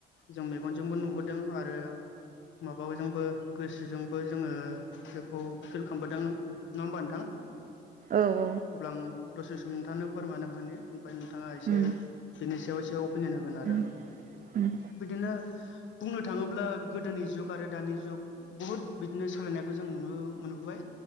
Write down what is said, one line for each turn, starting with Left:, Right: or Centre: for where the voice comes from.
Left: जों मेगनजोंबो नुबोदों आरो माबाजोंबो गोसोजोंबो जोङो बेखौ फिल खालामबोदों नङा होमबा नोंथां।
Right: औ औ
Left: अब्ला आं दसे सम नोंथांनो फोरमायनो होनि ओमफ्राय नोंथाङा एसे
Right: उम
Left: बेनि एयाव एसे अपिनियन होगोन आरो।
Right: उम उम
Left: बिदिनो बुंनो थाङोब्ला गोदोनि जुग आरो दानि जुग बहुद बिदिनो सोलायनाय खौ जों नुनो मोनबोबाय